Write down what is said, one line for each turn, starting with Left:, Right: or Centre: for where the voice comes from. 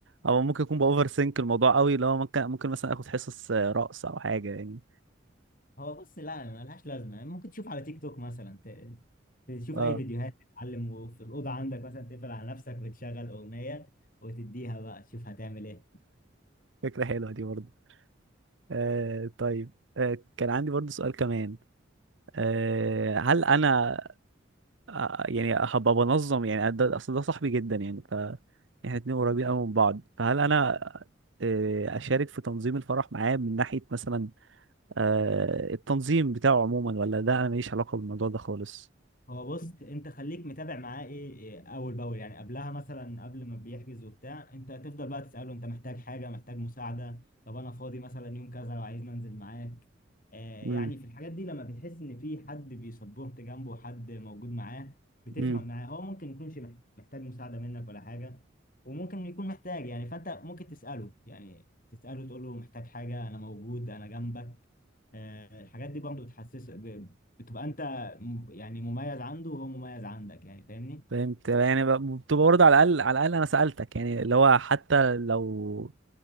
Right: او ممكن يكون باوفر سينك الموضوع قوي اللي هو ممكن ممكن مثلا اخد حصص آه، رقص او حاجه يعني
Left: هو بص لا ملهاش لازمه يعني ممكن تشوف على تيك توك مثلا ت- تشوف
Right: اه
Left: اي فيديوهات تتعلم وفي الاوضه عندك مثلا تقفل على نفسك وتشغل اغنيه وتديها بقى تشوف هتعمل ايه
Right: فكره حلوه دي برضه آه طيب آه كان عندي برضه سؤال كمان آه هل انا آه يعني هبقى بنظم يعني ده اصل ده صاحبي جدا يعني ف احنا اتنين قريبين قوي من بعض فهل انا آه اشارك في تنظيم الفرح معاه من ناحيه مثلا آه، التنظيم بتاعه عموما ولا ده انا ماليش علاقه بالموضوع ده خالص
Left: هو بص انت خليك متابع معاه ايه ايه اول باول يعني قبلها مثلا قبل ما بيحجز وبتاع انت تفضل بقى تساله انت محتاج حاجه محتاج مساعده طب انا فاضي مثلا يوم كذا لو عايز ننزل معاك آه يعني
Right: امم
Left: في الحاجات دي لما بتحس ان في حد بيسبورت جنبه حد موجود معاه بتفرق
Right: امم
Left: معاه هو ممكن يكونش مح- محتاج مساعده منك ولا حاجه وممكن يكون محتاج يعني فانت ممكن تساله يعني تساله تقول له محتاج حاجه انا موجود انا جنبك آه الحاجات دي برضه بتحسسه ب- بتبقى انت م- يعني مميز عنده وهو مميز عندك يعني فاهمني
Right: فهمت يعني ب- بتبقى برضه على الاقل على الاقل انا سالتك يعني اللي هو حتى لو